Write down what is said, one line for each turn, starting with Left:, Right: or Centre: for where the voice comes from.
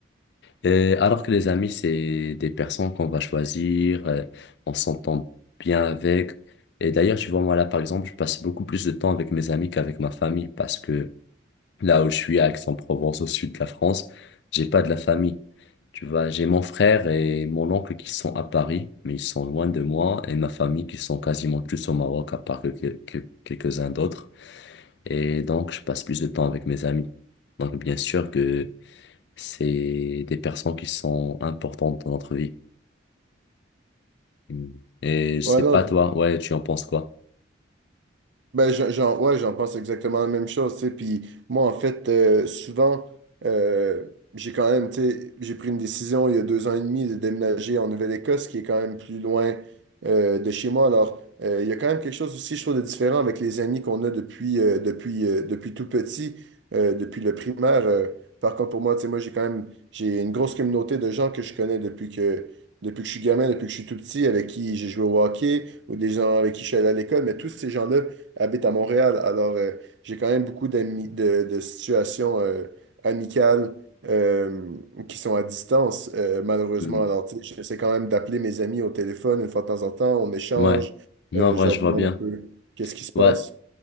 Left: Et alors que les amis, c'est des personnes qu'on va choisir, euh, on s'entend bien avec. Et d'ailleurs, tu vois, moi là, par exemple, je passe beaucoup plus de temps avec mes amis qu'avec ma famille parce que Là où je suis, à Aix-en-Provence, au sud de la France, j'ai pas de la famille. Tu vois, j'ai mon frère et mon oncle qui sont à Paris, mais ils sont loin de moi, et ma famille qui sont quasiment tous au Maroc, à part que, que- quelques-uns d'autres. Et donc, je passe plus de temps avec mes amis. Donc, bien sûr que c'est des personnes qui sont importantes dans notre vie. Mm. Et je
Right: Ouais,
Left: sais
Right: non,
Left: pas, toi, ouais, tu en penses quoi?
Right: Ben, j'en, j'en- ouais, j'en pense exactement la même chose, tu sais. Puis moi, en fait, euh, souvent, euh, j'ai quand même, tu sais, j'ai pris une décision il y a deux ans et demi de déménager en Nouvelle-Écosse, qui est quand même plus loin euh, de chez moi. Alors, euh, il y a quand même quelque chose aussi, je trouve, de différent avec les amis qu'on a depuis, euh, depuis, euh, depuis tout petit, euh, depuis le primaire. Euh, par contre, pour moi, tu sais, moi, j'ai quand même, j'ai une grosse communauté de gens que je connais depuis que, depuis que je suis gamin, depuis que je suis tout petit, avec qui j'ai joué au hockey, ou des gens avec qui je suis allé à l'école, mais tous ces gens-là, habite à Montréal. Alors, euh, j'ai quand même beaucoup d'amis, de, de situations euh, amicales euh, qui sont à distance, euh, malheureusement.
Left: Mm.
Right: Alors, tu sais, j'essaie quand même d'appeler mes amis au téléphone une fois de temps en temps, on échange,
Left: Ouais. Non,
Right: euh,
Left: en vrai,
Right: je leur
Left: je
Right: demande
Left: vois bien.
Right: un peu qu'est-ce qui se passe.
Left: Ouais.